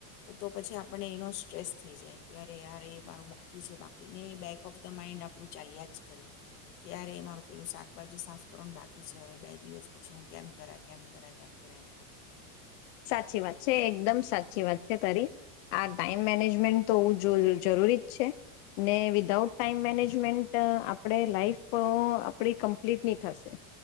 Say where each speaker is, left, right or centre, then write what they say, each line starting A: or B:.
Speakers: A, on the left; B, on the left.
A: તો પછી આપણને એનો સ્ટ્રેસ થઈ જાય કે અરે યાર એ મારું બા બાકી છે બાકીને બેક ઓફ ધ માઈન્ડ આપડું ચાલ્યા જ કરે. કયારે મારું પેલું શાકભાજી સાફ કરવાનું બાકી છે હવે બે દિવસ પછી હું કેમ કરા કેમ કરા કેમ કરા એમ કરી.
B: સાચી વાત છે એકદમ સાચી વાત છે તારી. આ ટાઈમ મેનેજ મેન્ટ તો હોવું જ જરૂરી જ છે ને વિધાઉટ ટાઈમ મેનેજમેન્ટ આપણે લાઈફ આપણી કમ્પ્લીટ ની થશે